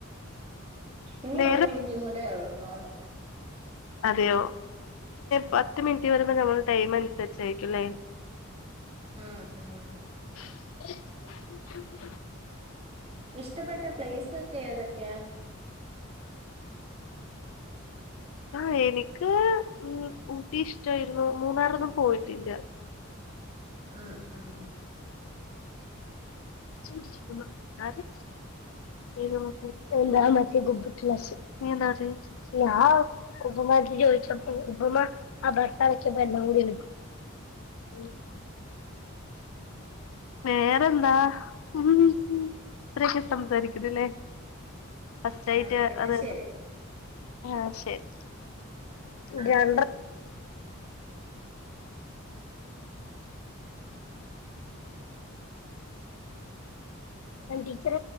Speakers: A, on the right; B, on the left.
A: ഇനി
B: വേറെ
A: ഒരു മിനിറ്റും കൂടെ ഉള്ളക്കോള്ളൂ
B: അതെയോ പത്ത് മിനിറ്റ് വരുമ്പോ നമ്മൾ ടൈം അനുസരിച്ചായിരിക്കുംല്ലേ
A: ഉം ഉം
B: <inaudible>
A: ഇഷ്ടപ്പെട്ട പ്ലേസ് ഒക്കെ ഏതൊക്കെയാ
B: ആ എനിക്ക് ഉം ഊട്ടി ഇഷ്ടായിരുന്നു മൂന്നാറൊന്നും പോയിട്ടില്ല
A: ഉം ഉം
B: <unintelligible> ആര് ഏതാ ക്ലാസ് <unintelligible> ആ <unintelligible> <unintelligible> ഉം വേറെന്താ ഉം ഇത്രയൊക്കെ സംസാരിക്കുന്ന്ല്ലേ ഫസ്റ്റ് ആയിട്ട്
A: ആഹ് പിന്നെ
B: അത്
A: ശരി
B: ആഹ് ശരി
A: ആഹ്
B: കേ
A: ശരി
B: അ ീച്ചറ